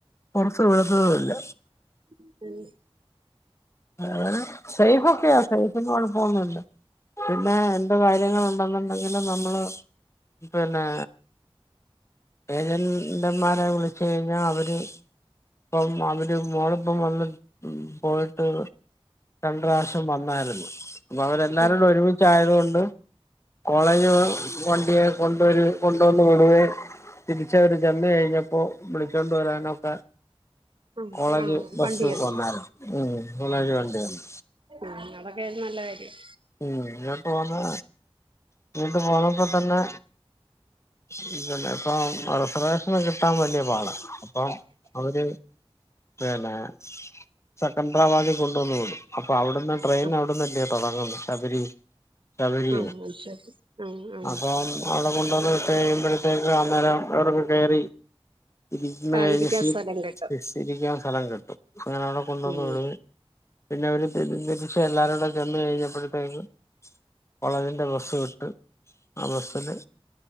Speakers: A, on the left; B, on the right.
A: പൊറത്ത് വിടത്തതും ഇല്ല
B: <unintelligible>
A: അവ്ടെ സെയ്ഫൊക്കെയാ സേഫിന് കൊഴപ്പോന്നുല്ല പിന്നെ എന്ത് കാര്യങ്ങളും നൊന്നൊണ്ടെങ്കില് നമ്മള് പിന്നെ ഏജൻ ൻ്റമ്മാരെ വിളിച്ച് കഴിഞ്ഞാ അവര് പ്പം അവര് മോളപ്പം വന്ന് ഇം പോയി ട്ട് രണ്ട് റാശ്യം വന്നാര്ന്ന് പ്പ അവരെല്ലാരൂടെ
B: ഉം
A: ഒരുമിച്ചായതുകൊ കോളേജ് വണ്ടിയേ കൊണ്ടുവരേം കൊണ്ടുവന്ന് വിടുവേം തിരിച്ചവര് ചെന്ന് കഴിഞ്ഞപ്പൊ വിളിച്ചൊണ്ട് വരാനൊക്കെ
B: ആ
A: കോളേജ്
B: ആ
A: ബസ്
B: വണ്ടി തന്നു
A: വന്നാര്ന്ന് ഉം മൂന്നാല് വണ്ടി ഒണ്ട്
B: ആ അതൊക്കെ ഒരു നല്ല കാര്യം
A: ഇം ഇങ്ങോട്ട് വന്നാ ഇങ്ങോട്ട് പോന്നപ്പൊ തന്നെ <unintelligible> ഇപ്പ അടുത്ത പ്രാവശ്യം വരു ത്താം വല്യ പാടാ പ്പം അവര് പിന്നെ സെക്കൻഡ്രാബാദി കൊണ്ടുവന്ന് വിടും അപ്പൊ അവിടുന്ന് ട്രെയിൻ
B: ആ
A: അവിടുന്നല്ല്യോ തൊടങ്ങുന്നു ശബരി ശബരി
B: ആ അത് ശരി ആ ആ
A: അപ്പം അവിടെ കൊണ്ടുവന്ന് വി കേം മ്പൊഴത്തേക്ക് അന്നേരം <unintelligible> റൊക്കെ കേറി ഇരിക്കുന്ന
B: ആ
A: ഏജസിയിൽ
B: ഇരിക്കാൻ സ്ഥലം കിട്ടും
A: ഇസ്സി ഇരിക്കാൻ സ്ഥലം കിട്ടും അ ങ്ങനെ അവിടെ കൊണ്ടുവ
B: ഉം
A: <unintelligible> പിന്നെ അവര് തിരിച്ച് <unintelligible> എല്ലാരൂടെ ചെന്ന് കഴിഞ്ഞപ്പോഴത്തേക്കും വളവിന്റെ ബസ് കട്ട് ആ ബസ്സില്